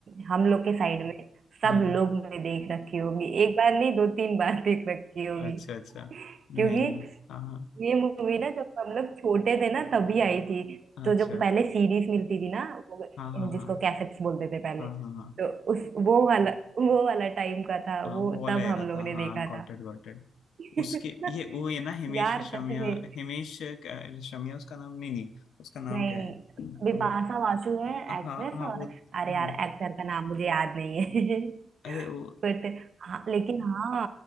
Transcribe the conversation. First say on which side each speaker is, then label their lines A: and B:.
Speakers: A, on the right; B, on the left.
A: हम लोग के साइड में सब
B: हाँ
A: लोग ने देख रखी होगी एक बार नहीं दो तीन बार देख रखी होगी
B: अच्छा अच्छा नहीं
A: क्योंकि
B: हाँ
A: ये मूवी ना जब हम लोग छोटे थे ना तभी आई थी
B: हाँ,
A: तो
B: अच्छा
A: जो पहले सीरीज मिलती थी ना वो
B: हाँ हाँ
A: जिसको
B: हाँ
A: कैसेट्स बोलते थे पहले
B: हाँ हाँ हाँ
A: तो उस वो वाला वो वाला टाइम का था
B: हाँ,
A: वो
B: वो वाला
A: तब
B: एरा
A: हम लोग
B: था
A: ने
B: हाँ
A: देखा
B: गॉट
A: था
B: इट गॉट इट
A: <laughs>
B: उसके ये वो है ना हिमेश
A: यार
B: रेशमिया
A: सच में
B: हिमेश क्या- रेशमिया उसका नाम नहीं नहीं उसका नाम
A: नहीं
B: क्या है वो
A: बिपाशा बासु है
B: हाँ
A: एक्ट्रेस
B: हाँ
A: और
B: वो
A: अरे
B: हाँ
A: यार एक्टर का नाम मुझे याद नहीं है <laughs>
B: अरे वो
A: बट हाँ लेकिन हाँ